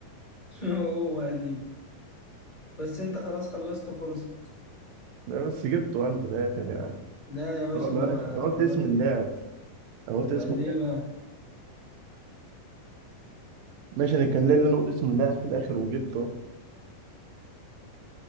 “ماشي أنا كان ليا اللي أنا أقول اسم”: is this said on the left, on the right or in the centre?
Right